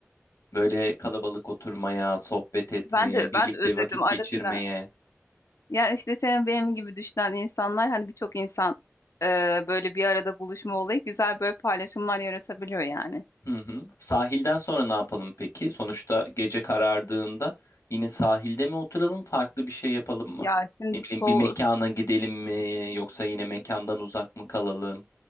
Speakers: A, on the left (about 85°); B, on the left (about 70°).
A: Böyle kalabalık oturmaya, sohbet etmeye,
B: Ben de
A: birlikte
B: ben de özledim
A: vakit
B: ara
A: geçirmeye.
B: sıra. Yani işte senin benim gibi düşünen insanlar hani birçok insan e, böyle bir arada buluşma olayı güzel böyle paylaşımlar yaratabiliyor yani.
A: Hı hı. Sahilden sonra ne yapalım peki? Sonuçta gece karardığında yine sahilde mi oturalım, farklı bir şey yapalım mı?
B: Ya şimdi
A: Ne bileyim
B: so
A: bir mekana gidelim mi yoksa yine mekandan uzak mı kalalım?